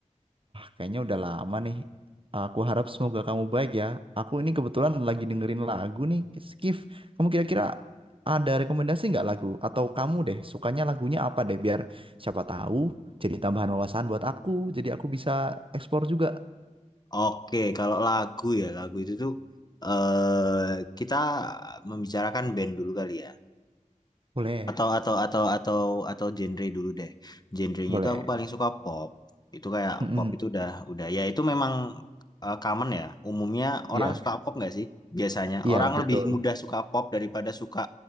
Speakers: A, on the right; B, on the left.
A: kayaknya udah lama nih. Aku harap semoga kamu baik ya. Aku ini kebetulan lagi dengerin lagu nih, Sakif. Kamu kira-kira ada rekomendasi nggak lagu? Atau kamu deh sukanya lagunya apa deh? Biar siapa tahu jadi tambahan wawasan buat aku. Jadi aku bisa eksplor juga.
B: Oke, kalau lagu ya, lagu itu tuh eh kita membicarakan band dulu kali ya.
A: Boleh,
B: atau atau atau atau atau genre dulu deh genrenya
A: boleh.
B: itu aku paling suka pop itu kayak
A: Mm-mm.
B: pop itu udah udah ya itu memang eh, common ya umumnya
A: Iya,
B: orang suka pop nggak sih biasanya
A: iya
B: orang
A: betul.
B: lebih mudah suka pop daripada suka